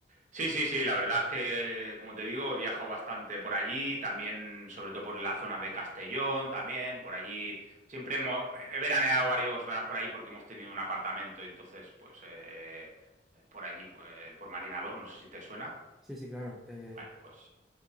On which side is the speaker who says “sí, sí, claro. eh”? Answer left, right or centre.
Centre